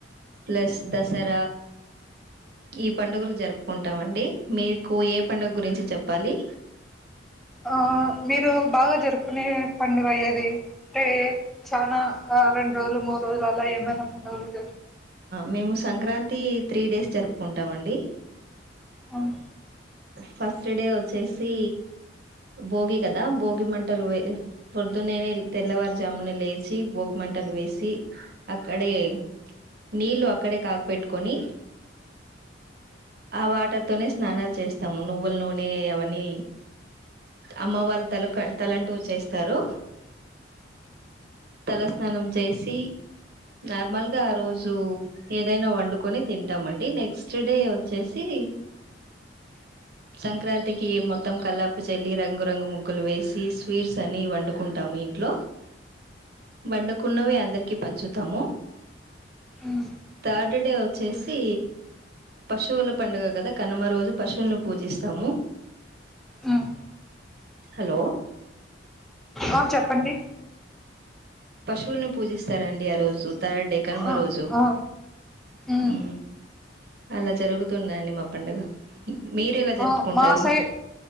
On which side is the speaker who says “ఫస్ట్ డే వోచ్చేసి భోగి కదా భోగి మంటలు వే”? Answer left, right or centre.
Right